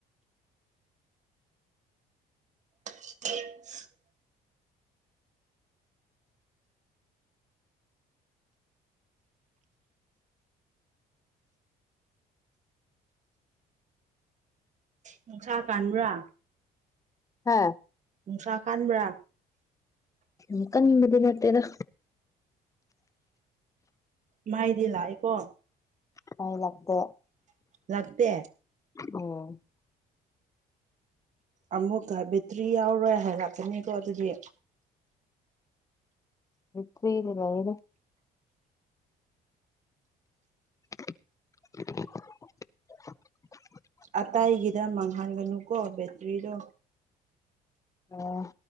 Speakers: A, on the right (about 45°); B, on the left (about 20°).
A: ꯍ ꯅꯨꯡꯁꯥ ꯀꯥꯟꯕ꯭ꯔꯥ
B: ꯍꯥꯥ
A: ꯅꯨꯡꯁꯥ ꯀꯕ꯭ꯔꯥ
B: ꯏꯪꯀꯅꯤꯗꯤ ꯅꯇꯦꯗ
A: ꯃꯥꯏꯗꯤ ꯂꯥꯛꯑꯦꯀꯣ
B: ꯍ ꯂꯥꯛꯗꯦ
A: ꯂꯥꯛꯄ
B: ꯑꯣ
A: ꯑꯃꯨꯛꯀ ꯕꯦꯇ꯭ꯔꯤ ꯌꯥꯎꯔꯣꯏ ꯍꯥꯏꯔꯛꯀꯅꯤꯀꯣ ꯑꯗꯨꯗꯤ
B: ꯇ ꯏꯔꯂꯩꯅ <inaudible>
A: ꯑꯇꯏꯒꯤꯗ ꯃꯥꯡꯍꯟꯒꯅꯨꯀꯣ ꯕꯦꯇ꯭ꯔꯤꯗꯣ
B: ꯑꯣ